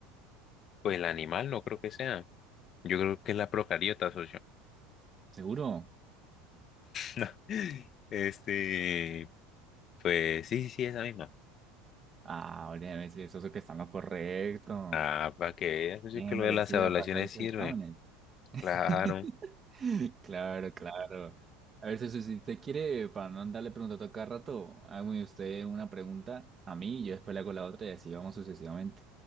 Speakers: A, on the left; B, on the right.
A: pues el animal no creo que sea. Yo creo que es la procariota, socio. <laughs>
B: ¿Seguro?
A: No. Este, pues sí, sí, sí, esa misma.
B: Ah, óyeme, sí, socio, que está en lo correcto.
A: Ah, para que veas, socio,
B: Bien
A: que lo
B: merecía
A: de las evaluaciones
B: pasar esos
A: sirve.
B: exámenes. <laughs>
A: Claro.
B: Claro, claro. A ver, Ceci, si usted quiere, para no andarle preguntando a cada rato, hágame usted una pregunta a mí, yo después le hago la otra y así vamos sucesivamente.